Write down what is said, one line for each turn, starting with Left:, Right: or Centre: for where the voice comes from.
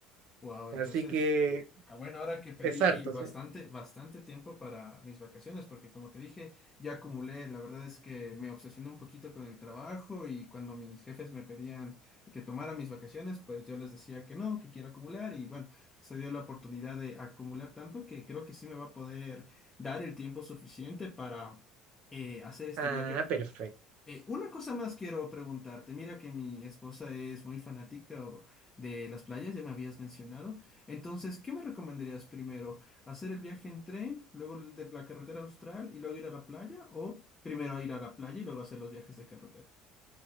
Left: Wow, entonces,
Right: Así que
Left: ah, bueno, ahora que pedí
Right: es harto,
Left: bastante,
Right: sí.
Left: bastante tiempo para mis vacaciones, porque como te dije, ya acumulé, la verdad es que me obsesioné un poquito con el trabajo y cuando mis jefes me pedían que tomara mis vacaciones, pues yo les decía que no, que quiero acumular y bueno, se dio la oportunidad de acumular tanto que creo que sí me va a poder dar el tiempo suficiente para eh, hacer este
Right: Ah,
Left: viaje
Right: perfecto.
Left: eh, una cosa más quiero preguntarte. Mira que mi esposa es muy fanática o- de las playas, ya me habías mencionado. Entonces, ¿qué me recomendarías primero? ¿Hacer el viaje en tren, luego el de la carretera austral y luego ir a la playa? ¿O primero ir a la playa y luego hacer los viajes de carretera?